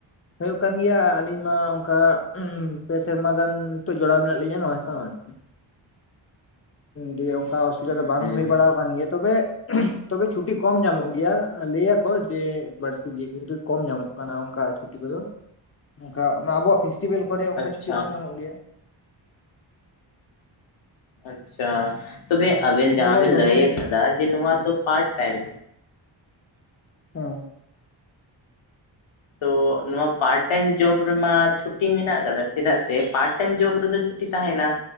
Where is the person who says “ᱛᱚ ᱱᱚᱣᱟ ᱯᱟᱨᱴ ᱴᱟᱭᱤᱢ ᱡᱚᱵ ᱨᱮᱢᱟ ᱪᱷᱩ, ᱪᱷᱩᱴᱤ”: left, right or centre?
Left